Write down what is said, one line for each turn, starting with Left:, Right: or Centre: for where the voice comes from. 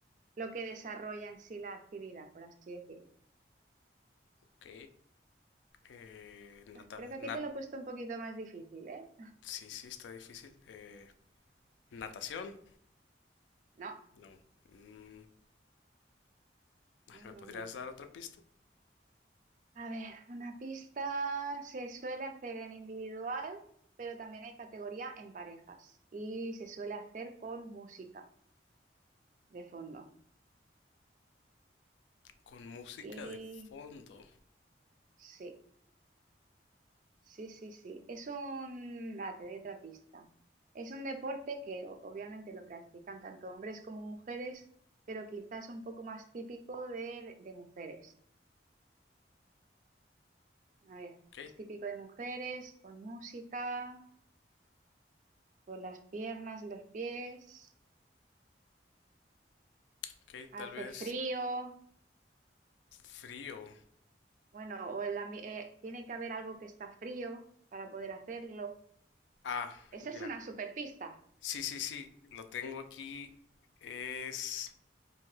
Right: lo que desarrolla en sí la actividad, por así decirlo.
Left: ok, eh, nata,
Right: Creo que aquí
Left: nat,
Right: te lo he puesto un poquito más difícil, ¿eh?
Left: sí, sí, está difícil. Eh, natación,
Right: No,
Left: no. Mm,
Right: no,
Left: ¿me
Right: no,
Left: podrías
Right: no.
Left: dar otra pista?
Right: A ver, una pista se suele hacer en individual, pero también hay categoría en parejas y se suele hacer con música de fondo.
Left: Con música
Right: Y
Left: de fondo.
Right: sí, sí, sí, sí. Es un... Ah, te doy otra pista. Es un deporte que o- obviamente lo practican tanto hombres como mujeres, pero quizás un poco más típico de, de mujeres. A ver,
Left: Ok,
Right: es típico de mujeres, con música, con las piernas y los pies.
Left: ok,
Right: hace
Left: tal vez
Right: frío,
Left: frío.
Right: bueno, o el ambi- eh, tiene que haber algo que está frío para poder hacerlo.
Left: Ah,
Right: Esa es
Left: ya.
Right: una superpista.
Left: Sí, sí, sí, lo tengo aquí. Es,